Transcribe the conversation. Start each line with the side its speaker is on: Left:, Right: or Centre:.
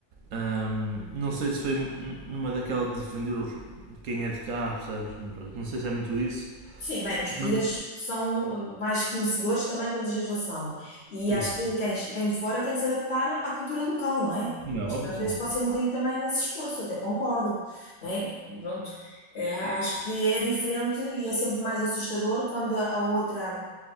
Right: Ahm, não sei se foi n- numa daquela de defender os- quem é de cá, percebes? Pronto, não sei se é muito isso,
Left: Sim, bem, os portugueses
Right: mas
Left: são eh, mais conhecedores também da legislação e
Right: sim,
Left: acho
Right: sim.
Left: que quem vem de fora tem que se adaptar à cultura local, não é?
Right: Como é
Left: Acho
Right: óbvio,
Left: que às
Right: como
Left: vezes
Right: é
Left: pode
Right: óbvio.
Left: ser um bocadinho também nesse esforço, até concordo, não é? Pronto, Eh, acho que é diferente e é sempre mais assustador quando a a outra